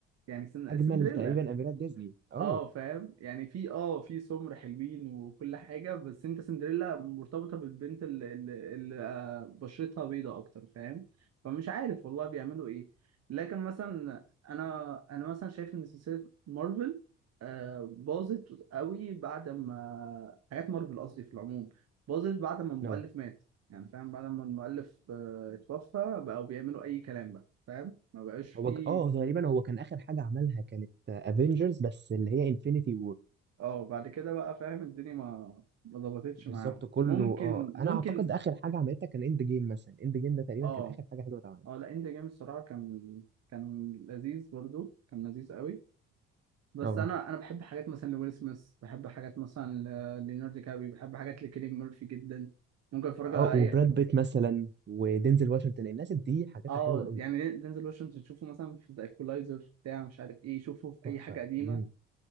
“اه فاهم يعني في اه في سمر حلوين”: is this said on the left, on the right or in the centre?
Right